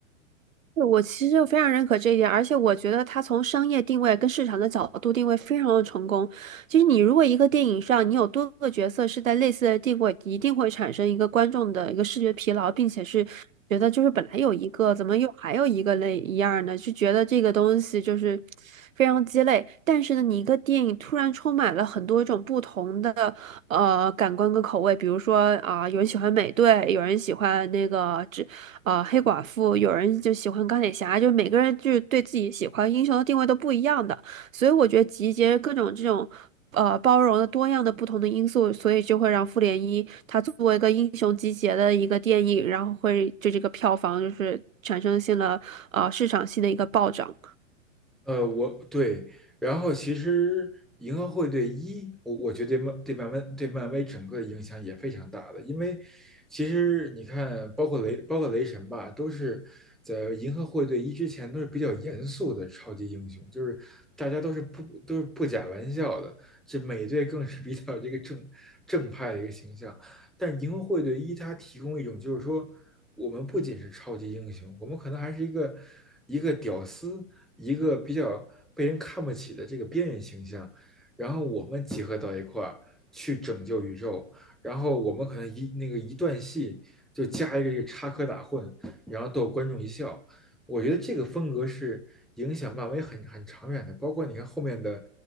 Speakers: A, on the right; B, in the centre.
A: 对我其实就非常认可这一点，而且我觉得它从商业定位跟市场的角度定位非常的成功。其实你如果一个电影上你有多个角色是在类似的定位，一定会产生一个观众的一个视觉疲劳，并且是觉得就是本来有一个，怎么又还有一个类一样呢？就觉得这个东西就是非常鸡肋。但是呢，你一个电影突然充满了很多种不同的呃感官跟口味，比如说啊、有人喜欢美队，有人喜欢那个。只。呃黑寡妇，有人就喜欢钢铁侠，就是每个人就是对自己喜欢英雄的定位都不一样的，所以我觉得集结各种这种呃包容的多样的不同的因素，所以就会让复联一它作为一个英雄集结的一个电影，然后会就这个票房就是产生性了呃市场性的一个暴涨。
B: 呃，我对，然后其实银河护卫队一，我我觉得对漫对漫威对漫威整个影响也非常大的，因为其实你看，包括雷包括雷神吧，都是在银河护卫队一之前都是比较严肃的超级英雄，就是大家都是不都是不假玩笑的，这美队更是比较这个正正派的一个形象，但是银河护卫队一它提供一种就是说，我们不仅是超级英雄，我们可能还是一个一个屌丝。一个比较被人看不起的这个边缘形象，然后我们集合到一块儿去拯救宇宙，然后我们可能一那个一段戏就加一个这个插科打诨，然后逗观众一笑。我觉得这个风格是影响漫威很很长远的，包括你看后面的